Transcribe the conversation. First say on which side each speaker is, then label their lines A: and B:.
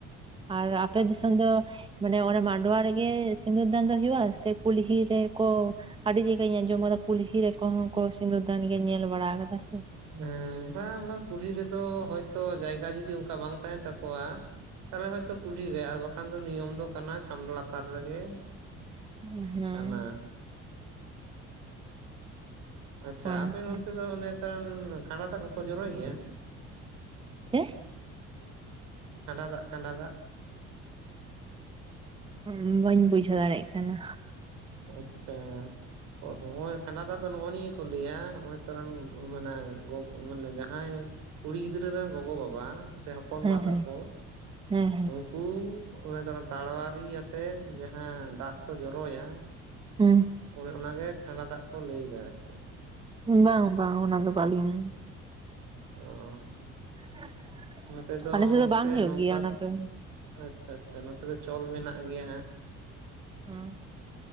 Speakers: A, on the right; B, on the right.
A: ᱟᱨ ᱟᱯᱮ ᱫᱤᱥᱚᱢ ᱫᱚ ᱢᱟᱱᱮ ᱚᱬᱮ ᱢᱟᱰᱣᱟ ᱨᱮᱜᱮ ᱥᱤᱸᱫᱩᱨ ᱫᱟᱱ ᱫᱚ ᱦᱭᱩᱜᱼᱟ? ᱥᱮ ᱠᱩᱞᱦᱤ ᱨᱮ ᱠᱚ ᱟᱹᱰᱤ ᱡᱟᱭᱜᱟᱧ ᱟᱸᱡᱚᱢ ᱟᱠᱟᱫᱟ ᱠᱩᱞᱦᱤ ᱨᱮᱠᱚᱦᱚᱸ ᱠᱚ ᱥᱤᱸᱫᱩᱨ ᱫᱟᱱ ᱜᱮᱭᱟ ᱧᱮᱞ ᱵᱟᱲᱟ ᱟᱠᱟᱫᱟ ᱥᱮ
B: ᱦᱮᱸ ᱵᱟᱝ ᱵᱟᱝ ᱠᱩᱞᱦᱤ ᱨᱮᱫᱚ ᱦᱚᱭᱛᱚ ᱡᱟᱭᱜᱟ ᱡᱩᱫᱤ ᱚᱝᱠᱟ ᱵᱟᱝ ᱛᱟᱦᱮᱱ ᱛᱟᱠᱚᱣᱟ, ᱛᱟᱦᱞᱮ ᱦᱚᱭᱛᱚ ᱠᱩᱞᱦᱤᱨᱮ ᱟᱨ ᱵᱟᱠᱷᱟᱱ ᱫᱚ ᱱᱤᱭᱚᱢ ᱫᱚ ᱠᱟᱱᱟ ᱪᱷᱟᱢᱰᱟ ᱞᱟᱛᱟᱨ ᱨᱮᱜᱮ,
A: ᱦᱩᱸ ᱦᱮᱸ
B: ᱠᱟᱱᱟ ᱟᱪᱪᱷᱟ
A: ᱚᱱᱠᱟ
B: ᱟᱯᱮ ᱚᱱᱛᱮ ᱫᱚ ᱚᱱᱮ ᱛᱟᱱ ᱠᱷᱟᱸᱰᱟ ᱫᱟᱜ ᱠᱚᱠᱚ ᱡᱚᱨᱚᱭ ᱜᱮᱭᱟ?
A: ᱪᱮᱜ?
B: ᱠᱷᱟᱸᱰᱟ ᱫᱟᱜ ᱠᱷᱟᱸᱰᱟ ᱫᱟᱜ
A: ᱮᱸᱻ ᱵᱟᱹᱧ ᱵᱩᱡᱷᱟᱹᱣ ᱫᱟᱲᱮᱜ ᱠᱟᱱᱟ᱾
B: ᱚᱪᱪᱷᱟ᱾ ᱚ ᱦᱚᱸᱜᱼᱚᱭ ᱠᱷᱟᱸᱰᱟ ᱫᱟᱜ ᱫᱚ ᱱᱚᱜᱼᱚ ᱱᱤᱭᱟᱹ ᱠᱚ ᱞᱟᱹᱭᱟ, ᱱᱚᱜᱼᱚᱭ ᱛᱟᱨᱟᱢ ᱢᱟᱱᱮ ᱜᱚ ᱢᱟᱱᱮ ᱡᱟᱦᱟᱸᱭ ᱠᱩᱲᱤ ᱜᱤᱫᱽᱨᱟᱹ ᱨᱮᱱ ᱜᱚᱜᱚ ᱵᱟᱵᱟ ᱥᱮ ᱦᱚᱯᱚᱱ
A: ᱦᱮᱸ
B: ᱵᱟ
A: ᱦᱮᱸ
B: ᱛᱟᱠᱚ
A: ᱦᱮᱸ
B: ᱩᱱᱠ ᱠᱩ ᱚᱸᱱᱮ ᱛᱟᱨᱟ ᱛᱟᱲᱣᱟᱨᱤᱭᱟᱛᱮᱜ ᱡᱟᱦᱟᱸ ᱫᱟᱜ ᱠᱚ ᱡᱚᱨᱚᱭᱟ,
A: ᱦᱩᱸ
B: ᱚᱱᱮ ᱚᱱᱟᱜᱮ ᱠᱷᱟᱸᱰᱟ ᱫᱟᱜ ᱠᱚ ᱞᱟᱹᱭᱮᱫᱟ ᱟᱨ ᱪᱮᱫ
A: ᱵᱟᱝ ᱵᱟᱝ ᱚᱱᱟ ᱫᱚ ᱵᱟᱞᱤᱝ
B: ᱚ
A: <unintelligible>
B: ᱱᱚᱛᱮ ᱫᱚ
A: ᱟᱞᱮ ᱥᱮᱫ
B: ᱚᱱᱛᱮ
A: ᱵᱟᱝ ᱦᱩᱭᱩᱜ
B: ᱱᱚᱝᱠᱟ
A: ᱜᱮᱭᱟ ᱚᱱᱟ ᱫᱚ
B: ᱟᱪᱪᱷᱟ ᱟᱪᱪᱷᱟ ᱱᱚᱛᱮ ᱫᱚ ᱪᱚᱞ ᱢᱮᱱᱟᱜ ᱜᱮᱭᱟ ᱦᱟᱸᱜ,
A: ᱩᱸ